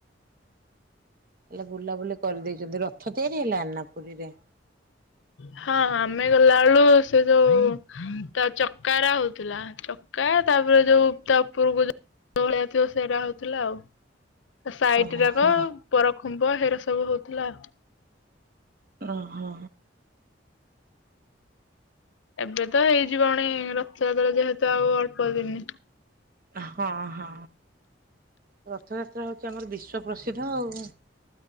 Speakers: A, on the right; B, on the left.
A: ହେଲେ ବୁଲାବୁଲି କରିଦେଇଛନ୍ତି। ରଥ ତିଆରି ହେଲାଣି ନା ପୁରୀରେ?
B: ହଁ, ଆମେ ଗଲା ବେଳୁ ସେ ଯୋଉ ତା ଚକା ରା ହଉଥିଲା। ଚକା ତାପରେ ଯୋଉ ତା ଉପରକୁ ଯୋ, ଭଳିଆ ଥିବ ସେଇରା ହଉଥିଲା ଆଉ। ସାଇଟ
A: ଓହୋ
B: ରାକ, ପରଖୁମ୍ବ ହେରା ସବୁ ହଉଥିଲା।
A: ଓ ହୋ
B: ଏବେ ତ ହେଇ ଜୀବଣି, ରଥଯାତ୍ରା ଯେହେତୁ ଆଉ ଅଳ୍ପ ଦିନ।
A: ହଁ, ହଁ। ରଥଯାତ୍ରା ହଉଛି ଆମର, ବିଶ୍ଵ ପ୍ରସିଦ୍ଧ ଆଉ।